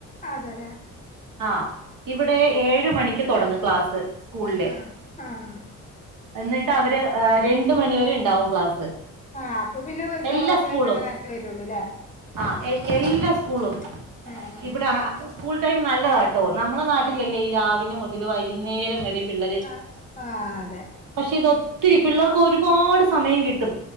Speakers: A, on the left; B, on the right.
A: അതെല്ലേ
B: ആ ഇവിടെ ഏഴ് മണിക്ക് തുടങ്ങും ക്ലാസ്. സ്കൂളിലെ
A: ആഹ് ആഹ്
B: എന്നിട്ട് അവര് രണ്ട് മണിവരെ ഇണ്ടാവും ക്ലാസ്.
A: ആഹ് അപ്പൊ പിന്നെ
B: എല്ലാ
A: ചോറൊക്കെ
B: സ്കൂളും
A: കഴിക്കണ്ട നേരത്തെ വരുള്ളൂല്ലേ
B: ആ എ എല്ലാ
A: ഉം
B: സ്കൂളും.
A: ഉം
B: ഇവിടെ അ സ്കൂൾ ടൈം നല്ലതാട്ടോ നമ്മളെ നാട്ടിലല്ലേ ഈ രാവിലെ മുതൽ വൈകുന്നേരം വരെ പിള്ളാര്
A: ആഹ് ആഹ് അതെ
B: പക്ഷെ ഇത് ഒത്തിരി പിള്ളാർക്ക് ഒരുപാട് സമയം കിട്ടു,